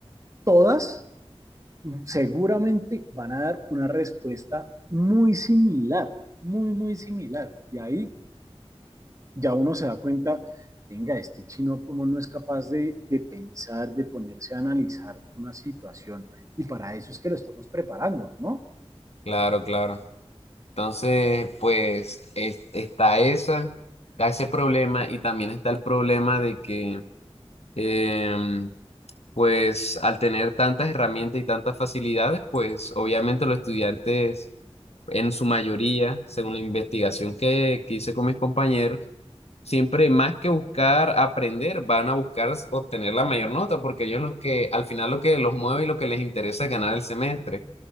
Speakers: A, on the right; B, on the left.
A: Todas seguramente van a dar una respuesta muy similar, muy, muy similar. Y ahí ya uno se da cuenta, venga, este chino como no es capaz de, de pensar, de ponerse a analizar una situación. Y para eso es que lo estamos preparando, ¿no?
B: claro, claro. Entonces, pues es- está esa, está ese problema y también está el problema de que, em, pues al tener tantas herramientas y tantas facilidades, pues obviamente los estudiantes en su mayoría, según la investigación que, que hice con mis compañeros, siempre más que buscar aprender, van a buscar s- obtener la mayor nota, porque ellos lo que al final lo que los mueve y lo que les interesa es ganar el semestre.